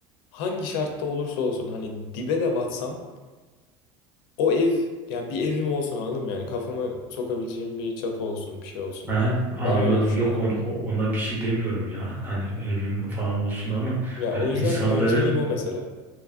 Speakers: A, on the left; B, on the right.
A: hangi şartta olursa olsun hani dibe de batsam O ev yani bir evim olsun anladın mı? Yani kafamı sokabileceğim bir çatı olsun bir şey olsun.
B: Aha, anladım.
A: Ben öyle düşünüyorum.
B: Yok ona, ona bir şey demiyorum ya. Hani evim falan olsun ama
A: Ya
B: ben
A: o yüzden
B: insanların
A: önceliğim o mesela.